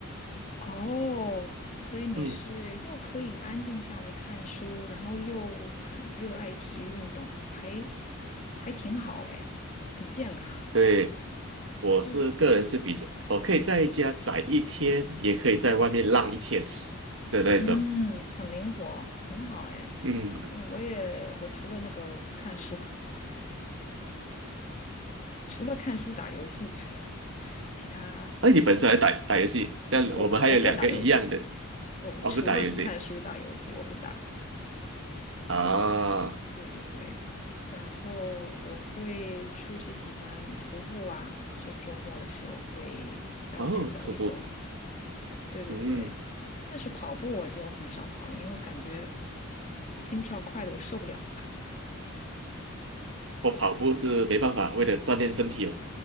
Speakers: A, on the left; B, on the right.
A: 哦，所以你是又可以安静下来看书，
B: 嗯，
A: 然后又很热爱体育运动，还还挺好哎，很健康。
B: 对，我是个人是比较，
A: 对，
B: 我可以在家宅一天，也可以在外面浪一天的那种。
A: 嗯，很灵活，很好哎。
B: 嗯，
A: 嗯，我也我除了那个看书，<laughs> 除了看书打游戏，<laughs> 其他
B: 那你本身还打打游戏，这样我们还有两个一样的，
A: 我我不打游戏，我我除了看书打游戏我不打。
B: 哦，不打游戏啊。
A: 对。对对对，然后我会出去喜欢徒步啊，就周末的时候会在外面走一走。
B: 哦，徒步，
A: 对对对，
B: 嗯，
A: 但是跑步我就很少跑，因为我感觉心跳快的我受不了。
B: 我跑步是没办法，为了锻炼身体嘛，